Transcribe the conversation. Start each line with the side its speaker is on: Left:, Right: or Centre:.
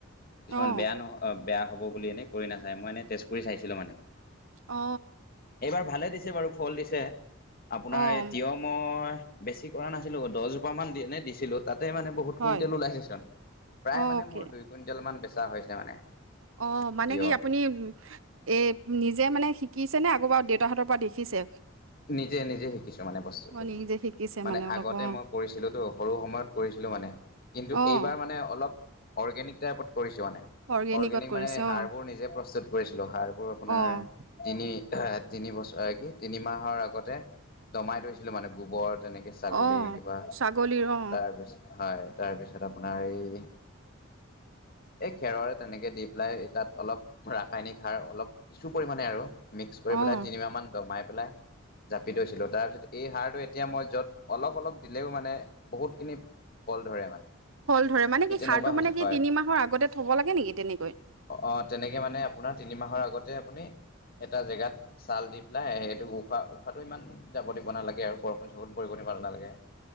Left: কিছুমান
Right: অঁ
Left: বেয়া নহ বেয়া হ'ব বুলি এনেই কৰি নাচায় মই এনেই টেষ্ট কৰি চাইছিলোঁ মানে
Right: অ
Left: এইবাৰ ভালে দিছে বাৰু ফল দিছে আপোনাৰ
Right: অঁ
Left: এই তিয়হৰ মই বেছি কৰা নাছিলো দহ জোপা মান এনে দিছিলো তাতে মানে বহুত
Right: হয়
Left: কুইন্টেল ওলাইছেচোন প্ৰায়
Right: অ'কে
Left: মানে মোৰ দুই কুইন্টেল মান বেচা হৈছে মানে
Right: অ মানে
Left: তিয়হ
Right: কি আপুনি এ নি নিজে মানে শিকিছে নে আকৌ বাৰ দেউতাহঁতৰ পৰা দেখিছে
Left: নিজে নিজে শিকিছো মানে বস্তুবিলাকো
Right: অ' নিজে শিকিছে
Left: মানে
Right: অলপ
Left: আগতে
Right: অ'
Left: মই কৰিছিলোঁতো সৰু সময়ত কৰিছিলোঁ মানে কিন্তু
Right: অ'
Left: এইবাৰ মানে অলপ অৰ্গেনিক টাইপত কৰিছো মানে
Right: অৰ্গেনিকত
Left: অৰ্গেনিক
Right: কৰিছে
Left: মানে সাড়বোৰ
Right: অ'
Left: নিজে প্ৰস্তুত কৰিছিলো সাড়বোৰ আপোনাৰ
Right: অ'
Left: তিনি তিনি বছৰ কি তিনিমাহৰ আগতে দমাই থৰিছিলো মানে গোবৰ তেনেকে ছাগলী
Right: অ'
Left: কিবা,
Right: ছাগলীৰ অ'
Left: তাৰপিছত হয় তাৰপিছত আপোনাৰ এই এই খেৰৰে তেনেকে দি পেলাই এই তাত অলপ ৰাসায়নিক সাৰ অলপ কিছু পৰিমণে আৰু। মিক্স কৰি
Right: অ'
Left: পেলাই তিনমাহমান দমাই পেলাই জাপি থৈছিলোঁ। তাৰপিছত এই সাৰটো এতিয়া মই য'ত অলপ অলপ দিলেও মানে বহুতখিনি ফল ধৰে মানে।
Right: ফল ধৰে মানে
Left: সেই
Right: কি,
Left: তেনেকুৱা
Right: সাৰটো
Left: হৈছে
Right: মানে
Left: হয়
Right: কি তিনি মাহৰ আগতে থব লাগে নেকি তেনেকৈ?
Left: অ তেনেকে মানে আপোনাৰ তিনি মাহৰ আগতে আপুনি এটা জেগাত ছাল দি পেলাই সেইটো বু উশাহ উশাহটো ইমান যাব দিব নালাগে আৰু বৰষুণ চৰষুণ পৰিব দিব নালাগে।